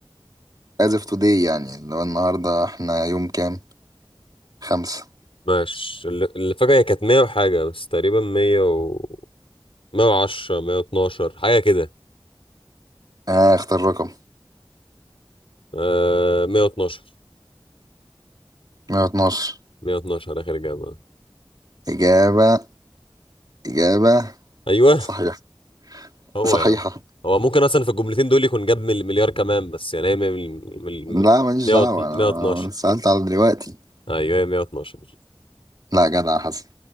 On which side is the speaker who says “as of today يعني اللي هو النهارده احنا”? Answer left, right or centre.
Right